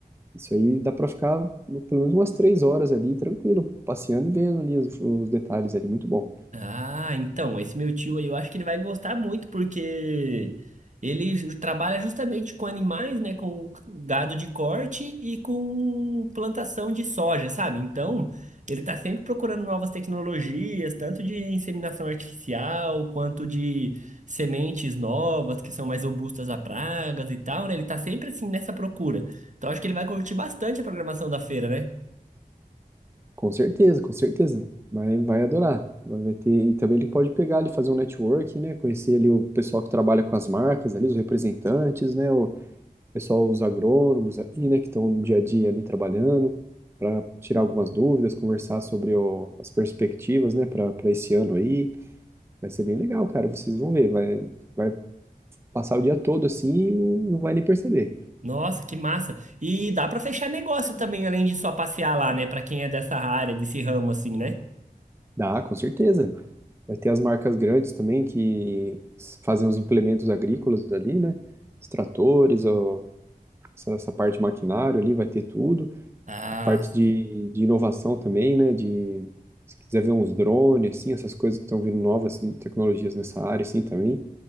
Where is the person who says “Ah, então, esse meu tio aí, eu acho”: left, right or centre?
Right